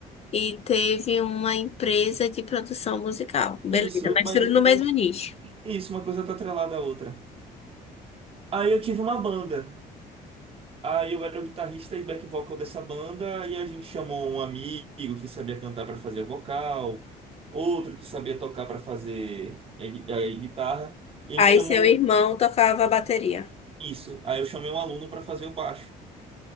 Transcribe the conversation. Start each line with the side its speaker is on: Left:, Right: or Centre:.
Left: e teve uma empresa de produção musical. Beleza,
Right: Isso,
Left: mas
Right: mas,
Left: tudo no mesmo
Right: mas
Left: nicho.
Right: isso, uma coisa tá atrelada à outra. Aí eu tive uma banda. Aí eu era o guitarrista e back vocal dessa banda, e a gente chamou um amigo que sabia cantar para fazer o vocal, outro que sabia tocar para fazer a, gui- a guitarra, e
Left: Aí
Right: a gente chamou
Left: seu irmão tocava bateria.
Right: isso. Aí eu chamei um aluno para fazer o baixo.